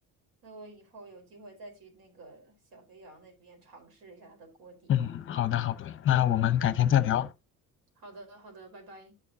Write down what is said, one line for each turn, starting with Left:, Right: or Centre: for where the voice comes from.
Right: 那我以后有机会再去那个小肥羊那边尝试一下它的锅底吧。
Left: 嗯，好的好的，那我们改天再聊。
Right: 好的，好的，拜拜。